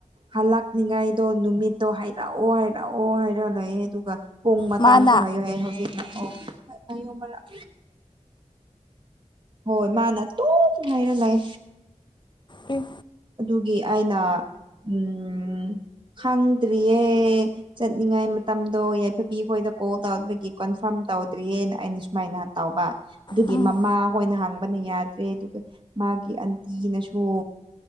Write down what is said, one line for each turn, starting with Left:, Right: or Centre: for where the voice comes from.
Right: ꯍꯂꯛꯅꯤꯉꯥꯏꯗꯣ ꯅꯨꯃꯤꯠꯇꯣ ꯍꯥꯏꯔꯛꯑꯣ ꯍꯥꯏꯔꯛꯑꯣ ꯍꯥꯏꯔ ꯂꯩꯌꯦ ꯑꯗꯨꯒ ꯄꯣꯡ ꯃꯇꯝꯁꯨ
Left: ꯃꯥꯅ
Right: ꯍꯥꯏꯌꯨ ꯍꯥꯏ ꯍꯧꯖꯤꯛꯅ ꯑꯣ ꯄꯥꯏꯌꯣ ꯑꯃꯨꯔꯛ ꯍꯣꯏ ꯃꯥꯅ ꯇꯨꯝ ꯍꯥꯏꯔ ꯂꯩ
Left: ꯏ
Right: ꯑꯗꯨꯒꯤ ꯑꯩꯅ ꯎꯝ ꯈꯪꯗ꯭ꯔꯤꯌꯦ ꯆꯠꯅꯤꯡꯉꯥꯏ ꯃꯇꯝꯗꯣ ꯌꯥꯏꯐꯕꯤ ꯑꯩꯈꯣꯏꯗ ꯀꯣꯜ ꯇꯧꯕꯒꯤ ꯀꯣꯟꯐꯥꯔꯝ ꯇꯧꯗ꯭ꯔꯤꯌꯦꯅ ꯑꯩꯅ ꯁꯨꯃꯥꯏꯅ ꯇꯧꯕ ꯑꯗꯨꯒꯤ
Left: ꯎꯝ
Right: ꯃꯃꯥ ꯍꯣꯏꯅ ꯍꯥꯡꯕꯅ ꯌꯥꯗ꯭ꯔꯦ ꯑꯗꯨꯒ ꯃꯥꯒꯤ ꯑꯟꯇꯤꯅꯁꯨ